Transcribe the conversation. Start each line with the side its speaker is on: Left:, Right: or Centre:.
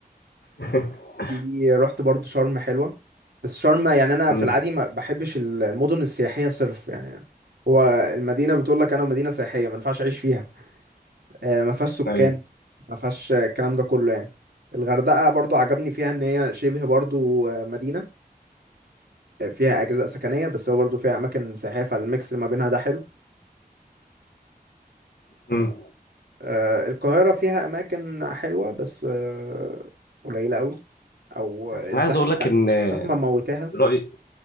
Left: <laughs>
Right: في رحت برضو شرم حلوة بس شرم يعني أنا
Left: امم
Right: في العادي ما بحبش المدن السياحية صرف يعني هو المدينة بتقول لك أنا مدينة سياحية ما ينفعش أعيش فيها آه، ما فيهاش سكان
Left: ايوه
Right: ما فيهاش الكلام ده كله يعني الغردقة برضو عجبني فيها إن هي شبه برضو آه، مدينة آه، فيها أجزاء سكنية بس هو برضو فيها أماكن سياحية فالميكس اللي ما بينها ده حلو
Left: امم
Right: آه، القاهرة فيها أماكن حلوة بس آه، قليلة قوي أو الزحمة
Left: انا عايز اقول لك ان
Right: الزحمة موتاها
Left: رايي